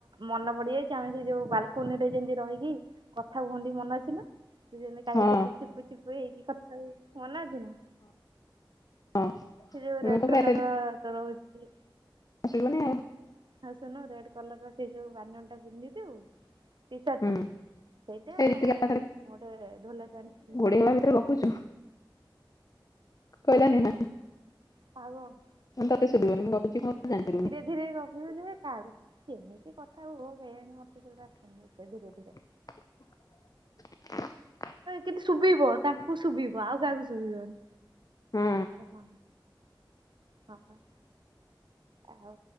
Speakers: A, on the right; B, on the left.
A: ମନ ପଡିଯାଇ, ଚାହୁଁଛି ଯୋଉ ବାଲକୁନି ରେ ଯେମିତି ରହିକି କଥା ହୁଅନ୍ତି ମନ ଅଛି ନା?? ତୁ ଯେମତି କାଳୁ
B: ହଁ
A: ସହିତ ଚୁପୁ ଚୁପୁ ହେଇକି ଖଥା ହଉ ମନେ ଅଛି ନା?
B: ହଁ
A: ସେ ଯଉ ରେଡ
B: ମୁଁ ତ ପୁରା
A: କଲର ତ ରହୁଛି।
B: ଆସିବନି ଆଉ।
A: ହଁ ଶୁଣୁନୁ ରେଡ୍ କଲର୍ ର ସେଇ ଯୋଉ ବନିଆନ୍ ଟା ପିନ୍ଧିଥବୁ? ଟି ସାର୍ଟଟା,
B: ହୁଁ
A: ସେଇଟା
B: ଏ ରିତିକା
A: ଆଉ ଗୋଟେ ଢୋଲ ପ୍ୟାଣ୍ଟ
B: <unintelligible> ପୁଛୁ କହିଲାନି ନା,
A: କାହାକୁ
B: ତତେ ଶୁଭିବାନି, ମୁଁ କହୁଛି କଣ ତୁ ଜାଣିପାରିବୁନି।
A: <unintelligible> କେମିତିି କଥା ହୁଅ କେଜାଣି ମତେ ସେଗୁଡା ଆସନି ଏତେ ଧୀରେ ଧୀରେ।
B: <unintelligible>
A: କିନ୍ତୁ ଶୁଭିବ, ତାଙ୍କୁ ଶୁଭିବ ଆଉ କାହାକୁ ଶୁଭିବନି।
B: ହୁଁ
A: ହଁ ତମେ। ଆଉ